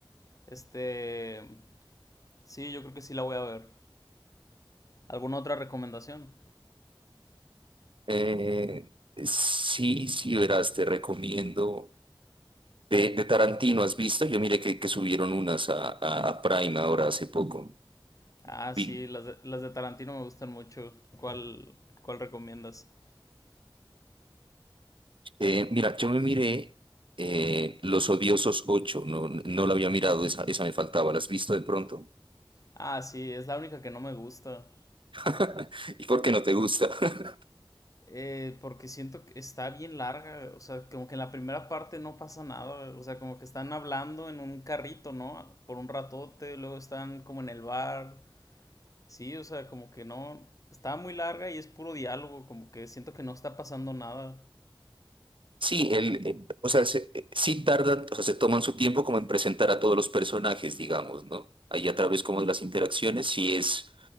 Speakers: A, on the left; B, on the right.
A: Este. Sí, yo creo que sí la voy a ver. ¿Alguna otra recomendación?
B: Eh, sí, sí, verás, te recomiendo. De, de Tarantino, ¿has visto? Yo miré que, que subieron unas a, a- a Prime ahora hace poco.
A: Ah,
B: Vi-
A: sí, las de, las de Tarantino me gustan mucho. ¿Cuál, cuál recomiendas?
B: eh, mira, yo me miré eh, Los Odiosos ocho. no, no la había mirado, esa, esa me faltaba, ¿la has visto de pronto?
A: Ah, sí, es la única que no me gusta.
B: <laughs> ¿Y por qué no te gusta? <laughs>
A: Eh, porque siento que está bien larga, o sea, como que en la primera parte no pasa nada, o sea, como que están hablando en un carrito, ¿no? Por un ratote, luego están como en el bar, sí, o sea, como que no, está muy larga y es puro diálogo, como que siento que no está pasando nada.
B: Sí, el, eh, o sea, se- eh, sí tardan, o sea, se toman su tiempo como en presentar a todos los personajes, digamos, ¿no? Ahí a través como de las interacciones, sí es